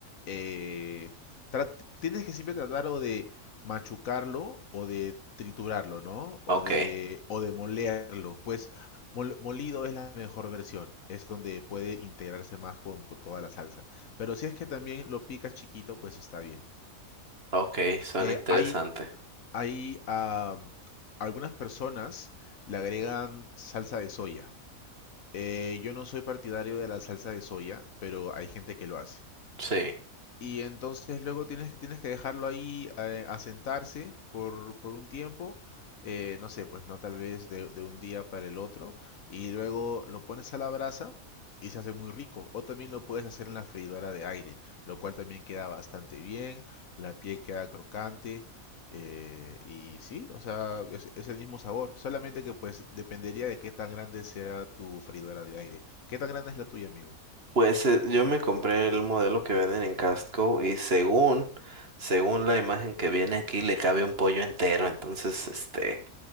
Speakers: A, on the left; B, on the right.
A: eh, trat- tienes que siempre tratar o de machucarlo o de triturarlo, ¿no? O
B: Ok.
A: de, o de molerlo. Pues mol- molido es la mejor versión. Es donde puede integrarse más con, con toda la salsa. Pero si es que también lo picas chiquito, pues está bien.
B: Ok, suena
A: Eh,
B: interesante.
A: hay, hay ah, algunas personas le agregan salsa de soya. Eh, yo no soy partidario de la salsa de soya, pero hay gente que lo hace.
B: Sí.
A: Y entonces luego tienes que, tienes que dejarlo ahí eh, asentarse por, por un tiempo, eh, no sé, pues no tal vez de, de un día para el otro, y luego lo pones a la brasa y se hace muy rico. O también lo puedes hacer en la freidora de aire, lo cual también queda bastante bien, la piel queda crocante, eh, y sí, o sea, es, es el mismo sabor, solamente que pues dependería de qué tan grande sea tu freidora de aire. ¿Qué tan grande es la tuya, amigo?
B: Pues eh, yo me compré el modelo que venden en Costco y según, según la imagen que viene aquí, le cabe un pollo entero. Entonces, este,